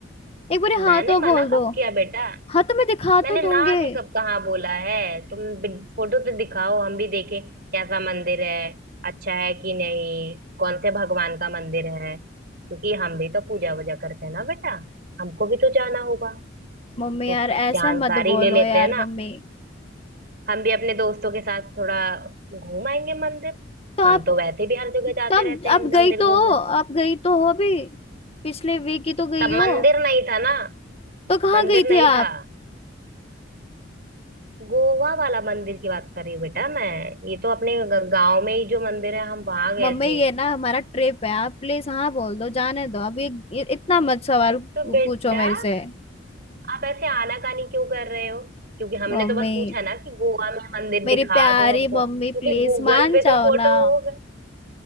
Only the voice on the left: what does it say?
एक बार
हाँ तो
बोल दो
हाँ तो मैं दिखा
तो
दूंगी
मम्मी
यार ऐसा
मत बोलो
यार
मम्मी
तो आप
तब
आप
गई तो
हो आप गई तो हो अभी पिछले वीक ही तो गई
हो
तो कहाँ
गई थी
आप
मम्मी
ये ना हमारा ट्रिप है आप प्लीज हाँ बोल दो जाने दो अब ये, ये इतना मत सवाल पू-
पूछो मेरे से
मम्मी
मेरी
प्यारी
मम्मी
प्लीज
मान
जाओ
ना